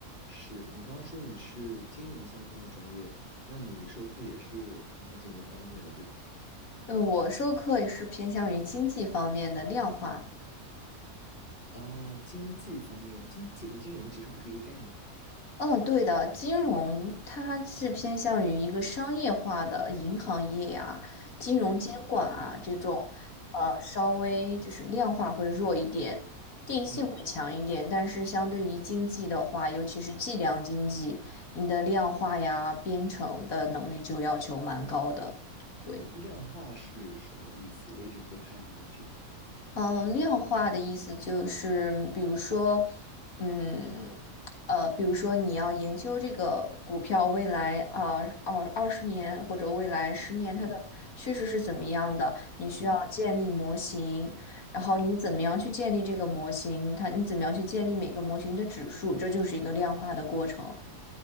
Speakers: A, on the left; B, on the left.
A: 是你刚刚说你是金融相关的专业，那你授课也是偏向金融方面的，对吧？
B: 呃，我授课也是偏向于经济方面的量化。
A: 哦，经济方面，经济和金融其实不是一个概念吗？
B: 嗯，对的，金融它是偏向于一个商业化的银行业啊、金融监管啊这种，
A: 嗯
B: 呃，稍微就是量化会弱一点，定性会强一点，
A: 嗯，
B: 但是相对于经济的话，尤其是计量经济，你的量化呀、编程的能力就要求蛮高的。对。
A: 量化是什么意思？我有点不太理解。
B: 嗯，呃量化的意思就是，比如说，嗯，呃，比如说你要研究这个股票未来啊，二二十年或者未来十年它的趋势是怎么样的，
A: 嗯
B: 你需要建立模型，
A: 嗯
B: 然后你怎么样去建立这个模型，它你怎么样去建立每个模型的指数，这就是一个量化的过程。